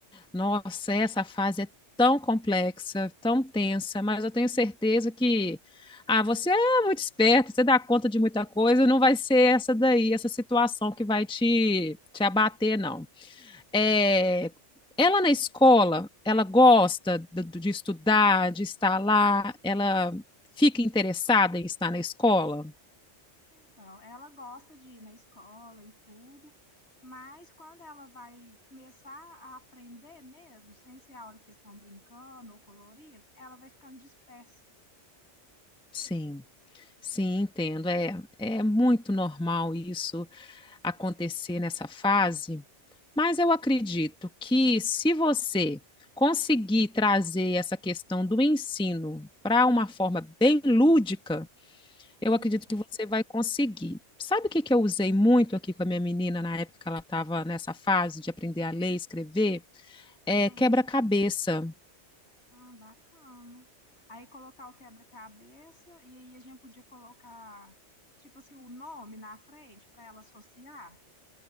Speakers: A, in the centre; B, on the left.
A: Nossa, essa fase é tão complexa, tão tensa, mas eu tenho certeza que ah, você é muito esperta, você dá conta de muita coisa, não vai ser essa daí, essa situação que vai te te abater, não. é, ela na escola, ela gosta de, de estudar, de estar lá, ela fica interessada em estar na escola?
B: Então, ela gosta de ir na escola e tudo, mas quando ela vai começar a aprender mesmo, sem ser a hora que eles estão brincando ou colorindo, ela vai ficando dispersa.
A: Sim. Sim, entendo. É, é muito normal isso acontecer nessa fase, mas eu acredito que se você conseguir trazer essa questão do ensino para uma forma bem lúdica, Eu
B: Uhum.
A: acredito que você vai conseguir. Sabe o que que eu usei muito aqui com a minha menina na época que ela estava nessa fase de aprender a ler e escrever? É
B: Ah,
A: quebra-cabeça.
B: ah, bacana. Aí colocar o quebra-cabeça e aí a gente podia colocar, tipo assim, o nome na frente para ela associar.